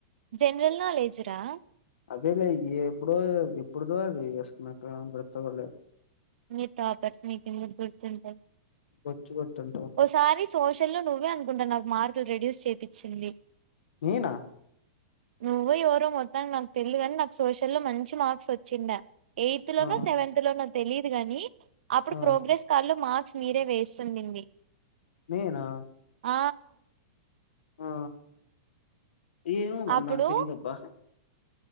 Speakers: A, on the right (about 65°); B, on the left (about 75°).
A: జనరల్ నాలెడ్జ్ రా
B: అదేలే ఎప్పుడ ఎప్పుడుదో అది వసుకున్న <unintelligible> గుతలేదు
A: మీతపర్స్ని <unintelligible> ఎందుకు గుర్తుంటది
B: బొచ్చు గుర్తుంటది
A: ఓసారి సోషల్ లో నువ్వే అనుకుంటా నాకు మార్కు రెడ్యూస్ చేపిచింది
B: నేనా
A: నువ్వో ఎవరో మొత్తానికి నాకు తెలియధు కాని నాకు సోషల్లో లో మంచి మార్క్స్ వచ్చిండా ఎయిత్ లోనో
B: ఆ
A: సెవెంత్ లోనో తెలియదు గాని అప్పుడు
B: ఆ
A: ప్రోగ్రెస్ కార్డ్ లో మార్క్స్ మీరే వేసిండింది
B: నేనా
A: ఆ
B: ఆ ఏమో మరి
A: అప్పుడు
B: నాకు తెలియదబ్బా